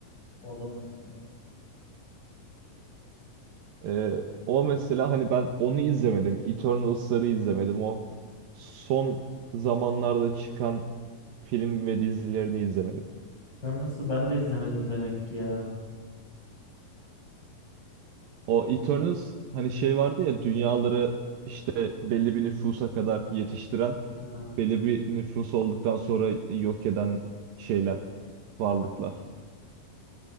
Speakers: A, on the left; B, on the right.
A: O adamın ismini.
B: Ee, o mesela hani ben onu izlemedim. Eternals'ları izlemedim. O son zamanlarda çıkan film ve dizilerini izlemedim.
A: Burners'ı ben de izlemedim demek ki ya.
B: O Eternals hani şey vardı ya dünyaları işte belli bir nüfusa kadar yetiştiren,
A: Ha,
B: belli bir nüfus olduktan sonra yok eden şeyler, varlıklar.